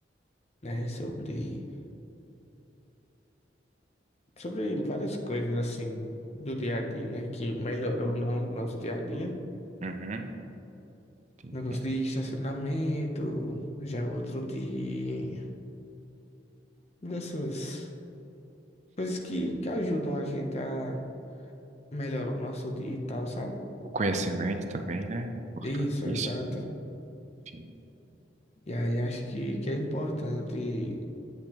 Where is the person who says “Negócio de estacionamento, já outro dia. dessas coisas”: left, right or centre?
Left